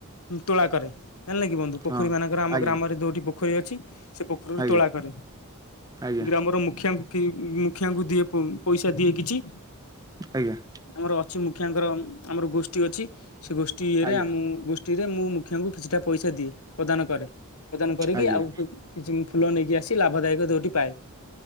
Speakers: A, on the left; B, on the right.
A: ତୋଳା କରେ ହେଲାକି ବନ୍ଧୁ ପୋଖରୀ
B: ହଁ
A: ମାନଙ୍କରେ ଆମ
B: ଆଜ୍ଞା
A: ଗ୍ରାମରେ ଦୋଟି ପୋଖରୀ ଅଛି। ସେ ପୋଖରୀରୁ
B: ଆଜ୍ଞା
A: ତୋଳା କରେ
B: ଆଜ୍ଞା
A: ଗ୍ରାମର ମୁଖିଆଙ୍କୁ କେହି ମୁଖିଆଙ୍କୁ ଦିଏ। ପଇସା ଦିଏ କିଛି
B: ଆଜ୍ଞା।
A: ଆମର ଅଛି ମୁଖିଆଙ୍କର ଆମର ଗୋଷ୍ଠୀ ଅଛି ସେ ଗୋଷ୍ଠୀ ଇଏ
B: ଆଜ୍ଞା
A: ରେ ଆମ ଗୋ ଟି ରେ ମୁଁ ମୁଖିଆଙ୍କୁ କିଛିଟା ପଇସା ଦିଏ ପ୍ରଦାନ କରେ ପ୍ରଦାନ କରିକି
B: ଆଜ୍ଞା
A: ଆଉ କି କିଛି ଫୁଲ ନେଇକି ଆସି ଲାଭଦାୟକ ଦୋଟି ପାଏ।